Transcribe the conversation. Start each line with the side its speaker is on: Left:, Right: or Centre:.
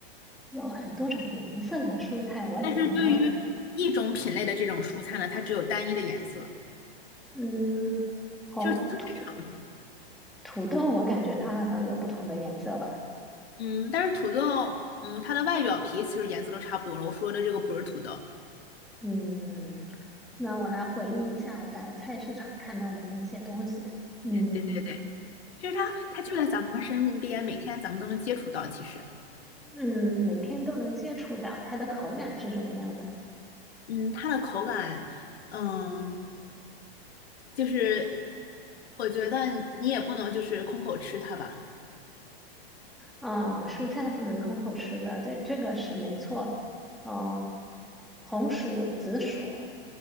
Centre: 有很多种颜色的蔬菜，我怎么没有？
Left: 但是对于一种品类的这种蔬菜呢，它只有单一的颜色，
Centre: 嗯，红土
Left: 就是特别常见。
Centre: 土豆，我感觉它好像有不同的颜色吧。
Left: 嗯，但是土豆，嗯，它的外表皮其实颜色都差不多了。我说的这个不是土豆，
Centre: 嗯，那我来回忆一下我在菜市场看到的那些东西。嗯
Left: 对对对，其实它它就在咱们身边，每天咱们都能接触到。其实，
Centre: 嗯，每天都能接触到，它的口感是什么样的？
Left: 嗯，它的口感，嗯，就是我觉得你也不能就是空口吃它吧。
Centre: 啊，蔬菜不能空口吃的，这这个是没错。哦，红薯、紫薯，